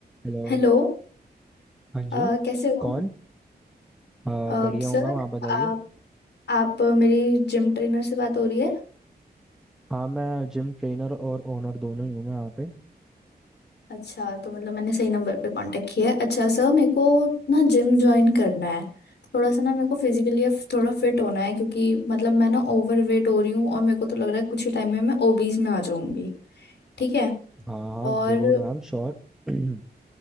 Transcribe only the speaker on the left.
Hello
अ,
कैसे हो
अ,
Sir
आप आप मेरी जिम ट्रेनर से बात हो रही है
अच्छा तो मतलब मैंने सही नंबर पे कांटेक्ट किया है अच्छा सर मेरे को ना जिम ज्वाइन करना है थोड़ा सा ना मेरे को फिजिकली थोड़ा फिट होना है क्योंकि मतलब मैं ना ओवर वेट हो रही हूँ और मेरे को तो लग रहा है कुछ ही टाइम में मैं ओबीज में आ जाऊंगी ठीक है
और